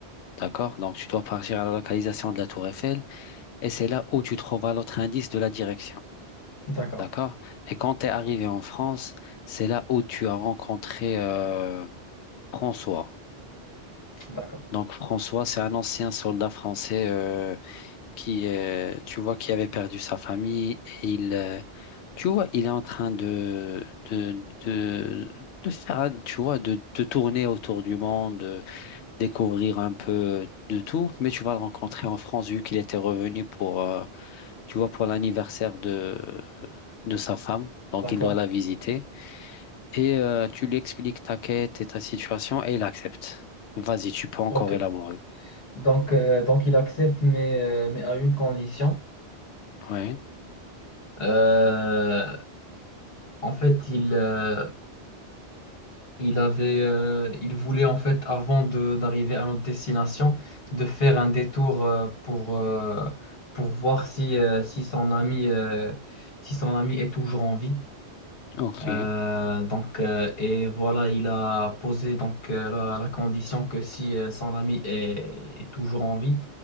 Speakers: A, on the left; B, on the left.
A: D'accord? Donc, tu dois partir à la localisation de la Tour Eiffel et c'est là où tu trouveras l'autre indice de la direction.
B: d'accord,
A: D'accord? Et quand tu es arrivé en France, c'est là où tu as rencontré euh, François.
B: d'accord,
A: Donc, François, c'est un ancien soldat français euh, qui, euh, tu vois, qui avait perdu sa famille. Et il, euh, tu vois, il est en train de, de, de, de faire, tu vois, de, de tourner autour du monde, de découvrir un peu de tout. Mais tu vas le rencontrer en France, vu qu'il était revenu pour, euh, tu vois, pour l'anniversaire de, de sa femme. Donc,
B: d'accord,
A: il doit la visiter. Et euh, tu lui expliques ta quête et ta situation et il accepte. Vas-y, tu peux encore
B: ok.
A: élaborer.
B: Donc, euh, donc il accepte, mais, euh, mais à une condition.
A: Ouais,
B: Euh, en fait, il, euh, Il avait, euh, il voulait en fait, avant de d'arriver à notre destination, de faire un détour euh, pour, euh, pour voir si, euh, si son ami, euh, si son ami est toujours en vie.
A: ok,
B: Euh, donc, euh, et voilà, il a posé donc, euh, la, la condition que si euh, son ami est, est toujours en vie,